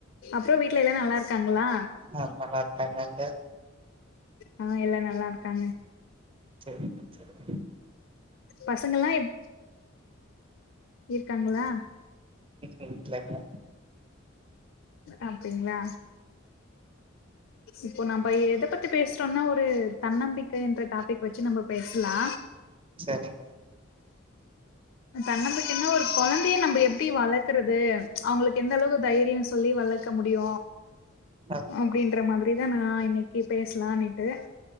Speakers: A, on the left; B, on the right.
A: அப்றொ வீட்ல எல்லா நல்லாருக் க்காங்களா
B: ஆ நல்லா இருக்காங்க அங்க
A: ஆ எல்லா நல்லார்காங்க
B: செரி செரி
A: பசங்கல்லா எப் ஈர்க்காங்களா
B: வீட்ல இல்ல
A: அப்டிங்ளா இப்போ நம்ம எத பத்தி பேஸ்றோன்னா ஒரு தன்னம்பிக்க என்ற டாப்பிக் வெச்சு நம்ப பேஸ்லா
B: சரிங்க
A: தன்னம்பிக்கன்னா ஒரு கொழந்தைய நம்ப எப்டி வளக்கறது அவுங்களுக்கு எந்த அளவு தைரியொ சொல்லி வளக்க முடியு
B: ஆ
A: அப்படின்ற மாதிரிதா நா இன்னைக்கு பேஸ்லானிட்டு